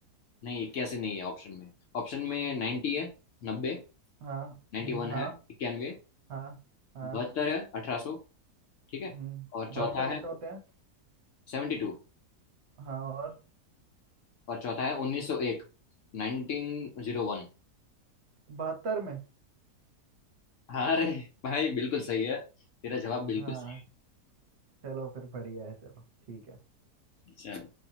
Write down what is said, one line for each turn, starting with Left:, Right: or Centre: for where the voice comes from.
Left: नहीं इक्यासी नहीं है ऑप्शन में ऑप्शन में नाइन्टी है नब्बे
Right: हाँ
Left: नाइन्टी
Right: न-
Left: वन
Right: हाँ
Left: है इक्यानवे
Right: हाँ हाँ
Left: बहत्तर है अठारह सौ ठीक है
Right: हम्म
Left: और चौथा
Right: बहत्तर कितने
Left: है
Right: होते हैं
Left: सेवेंटी टू
Right: हाँ और
Left: और चौथा है उन्नीस सौ एक नाइनटीन जीरो वन
Right: बहत्तर में
Left: हाँ अरे भाई बिल्कुल सही है तेरा जवाब बिल्कुल
Right: हाँ
Left: सही
Right: चलो फिर बढ़िया है चलो ठीक है
Left: है चल